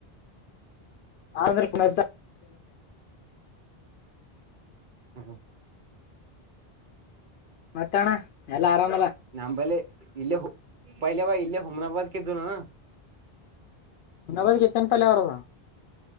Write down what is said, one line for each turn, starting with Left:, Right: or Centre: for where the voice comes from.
Left: <unintelligible> ಆಂದ್ರ ಕುನಲ್ಲವ
Right: <inaudible> ಹ್ಮ
Left: ಮತ್ತ ಅಣ್ಣ ಎಲ್ಲ ಆರಾಮಾ
Right: ನಮ್ಮ ಬಲ್ಲಿ ಇಲ್ಲೇ ಪಯಿಲೆ ಅವ ಇಲ್ಲೇ ಹುಮ್ನಾಬಾದ್ಕ ಇದ್ದನು,
Left: ಹುಮ್ನಬಾದ್ ಗೆತ್ತಿ ಅಂತ ಅಲ್ಲ ಅವರುದ,